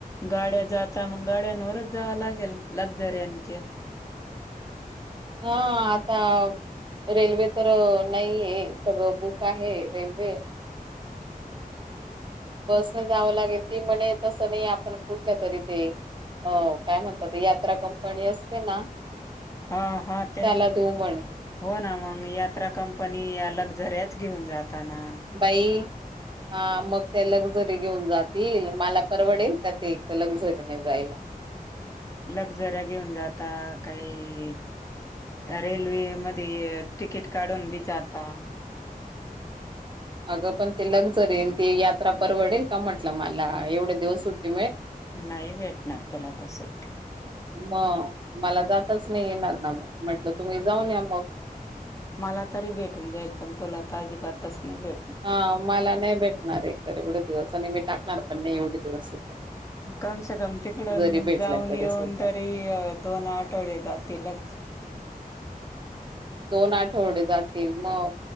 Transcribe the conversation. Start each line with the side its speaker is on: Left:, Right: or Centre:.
Left: गाड्या जाता मग गाड्यांवरच जाव लागेल लक्झराच्या
Right: हां आता रेल्वे तर नाही आहे सगळं बुक आहे रेल्वे बसने जावं लागेल ती म्हणे तसं नाही आपण कुठल्या तरी ते अ काय म्हणतात ते यात्रा कंपनी असते ना
Left: हा हा तेच
Right: त्याला देऊ म्हणे
Left: हो ना मग यात्रा कंपनी या लक्झरीच घेऊन जाताना.
Right: बाई हा मग ते लक्झरी घेऊन जातील मला परवडेल त्या ते एक लक्झरीने जायला.
Left: लक्झर्या घेऊन जाता काही रेल्वे मध्ये तिकीट काढून बीचाता
Right: अगं पण ते लक्झरी ती यात्रा परवडेल का म्हटलं मला एवढे दिवस सुट <inaudible>
Left: नाही भेटणार तुला आता सुट्टी
Right: मग मला जातच नाही येणार ना मग म्हटलं तुम्ही जाऊन या मग
Left: मला तरी भेटून जाईल पण तुला तर अजिबातच नाही भेटणार.
Right: हा मला नाही भेटणार एक तर एवढे दिवस आणि मी टाकणार पण नाही एवढे दिवस
Left: कमसेे कम तिकड
Right: जरी भेटल्या
Left: जाऊन
Right: तरी
Left: येऊन
Right: सुद्धा
Left: तरी दोन आठवडे जातीलच.
Right: दोन आठवडे जातील मग